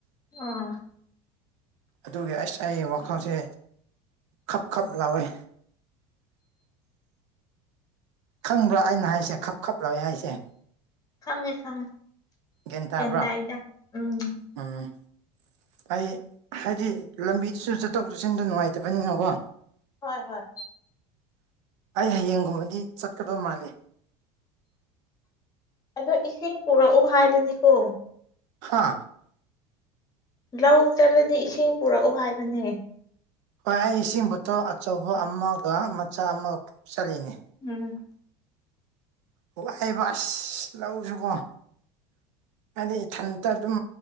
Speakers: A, on the left (about 25°); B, on the right (about 80°).
A: ꯑꯝ
B: ꯑꯗꯨꯒꯤ ꯑꯩꯁ ꯑꯩ ꯋꯥꯈꯜꯁꯦ ꯈꯞ ꯈꯞ ꯂꯥꯎꯏ ꯈꯪꯕ꯭ꯔꯥ ꯑꯩꯅ ꯍꯥꯏꯁꯦ ꯈꯞ ꯈꯞ ꯂꯧꯋꯦ ꯍꯥꯏꯁꯦ
A: ꯈꯪꯉꯦ ꯈꯪꯉꯦ
B: ꯒ꯭ꯌꯥꯟ ꯇꯥꯕ꯭ꯔꯣ
A: ꯇꯥꯏꯗ ꯎꯝ
B: ꯎꯝ ꯑꯩ ꯍꯥꯏꯗꯤ ꯂꯝꯕꯤꯗꯨꯁꯨ ꯆꯠꯊꯣꯛ ꯆꯠꯁꯤꯟꯗꯣ ꯅꯨꯡꯉꯥꯏꯇꯥꯕꯥꯅꯤꯅꯥꯀꯣ
A: ꯍꯣꯏ ꯍꯣꯏ
B: ꯑꯩ ꯍꯌꯦꯡꯒꯨꯝꯕꯥꯗꯤ ꯆꯠꯀꯥꯗꯧ ꯃꯥꯜꯂꯦ
A: ꯑꯗꯣ ꯏꯁꯤꯡ ꯄꯨꯔꯛꯎ ꯍꯥꯏꯕꯥꯅꯤꯀꯣ
B: ꯍꯥ
A: ꯂꯧ ꯆꯠꯂꯥꯗꯤ ꯏꯁꯤꯡ ꯄꯨꯔꯛꯎ ꯍꯥꯏꯕꯥꯅꯦ
B: ꯍꯣꯏ ꯑꯩ ꯏꯁꯤꯡ ꯕꯣꯇꯜ ꯑꯆꯧꯕ ꯑꯃꯒ ꯃꯆꯥ ꯑꯃꯒ ꯄꯨꯆꯠꯂꯤꯅꯦ
A: ꯎꯝ
B: <unintelligible> ꯂꯧꯁꯨꯀꯣ ꯍꯥꯏꯗꯤ ꯏꯊꯟꯇꯥ ꯑꯗꯨꯝ